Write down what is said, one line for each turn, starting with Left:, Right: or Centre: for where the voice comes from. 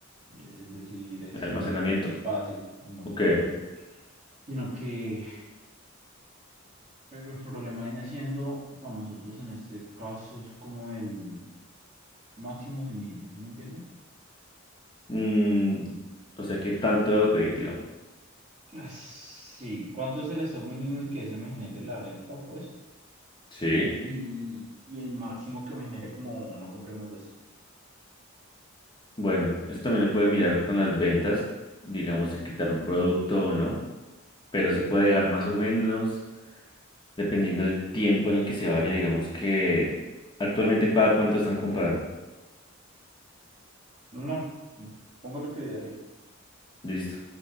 Right: eh, es decir, es
Left: ¿De almacenamiento?
Right: en cuanto a espacio, almacenamiento,
Left: Ok.
Right: sino que el el problema viene siendo para nosotros en este caso es como el máximos y mínimos, ¿sí me entiende?
Left: Mm, o sea, ¿qué tanto debo pedir, digamos?
Right: Ah, Sí, ¿cuánto es el stock mínimo y que se me genere la alerta, pues?
Left: Sí.
Right: Y, y el máximo que me genere como no compré más de esto.
Left: Bueno, esto también lo puede mirar con las ventas, digamos, si quitar un producto o no, pero sí puede dejar más o menos, dependiendo del tiempo en el que se vaya, digamos que actualmente cada cuánto están comprando.
Right: No, póngale que diario.
Left: Listo.